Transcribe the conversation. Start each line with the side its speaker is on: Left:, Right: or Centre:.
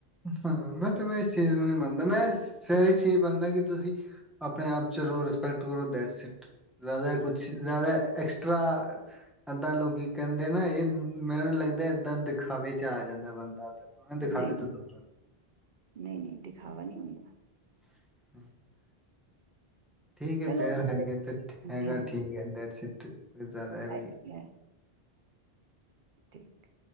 Centre: ਹਾਂ ਮੈਂਟ ਮੈਂ ਇਸ ਚੀਜ਼ ਨੂੰ ਨੀ ਮੰਨਦਾ ਮੈਂ ਸਾਰੀ ਚੀਜ਼ ਮੰਨਦਾ ਕਿ ਤੁਸੀਂ ਆਪਣੇ ਆਪ ਚ ਰਹੋ ਰਿਸਪੈਕਟ ਕਰੋ ਦੇਟ ਸਿਟ ਜ਼ਿਆਦਾ ਕੁਛ ਜ਼ਿਆਦਾ ਐਕਸਟਰਾ ਏਦਾਂ ਲੋਕੀ ਕਹਿੰਦੇ ਨਾ ਇਹ ਮੈਨੂੰ ਲੱਗਦਾ ਏਦਾਂ ਦਿਖਾਵੇ ਚ ਆ ਜਾਂਦਾ ਬੰਦਾ ਤੇ ਉਹ ਦਿਖਾਵੇ
Right: ਨਹੀਂ
Centre: ਤ ਦੂੰ <inaudible>
Right: ਨਹੀਂ ਨਹੀਂ ਦਿਖਾਵਾ ਨਹੀਂ ਹੁੰਦਾ
Centre: <inaudible> ਠੀਕ ਹੈ
Right: ਚਲੋ
Centre: ਪਿਆਰ ਹੈਗੇ ਤੇ
Right: ਹਾਂਜੀ
Centre: ਹੈਗਾ ਠੀਕ ਹੈ ਡੇਟ ਸਿਟ ਜ਼ਿਆਦਾ
Right: ਹਾਂਜੀ
Centre: ਵੀ
Right: ਠੀਕ